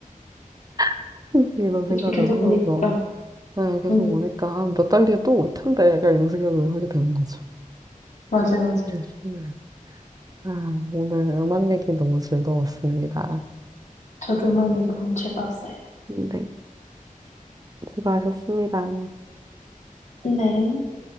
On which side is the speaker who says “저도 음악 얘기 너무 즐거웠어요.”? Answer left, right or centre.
Left